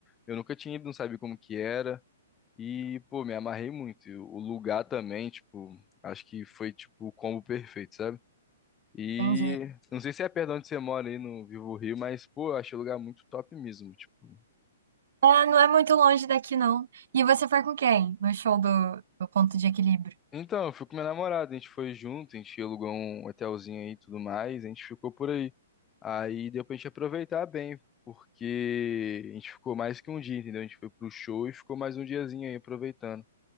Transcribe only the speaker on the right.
Entendi.
Ah, não é muito longe daqui, não. E você foi com quem? No show do, do Ponto de Equilíbrio?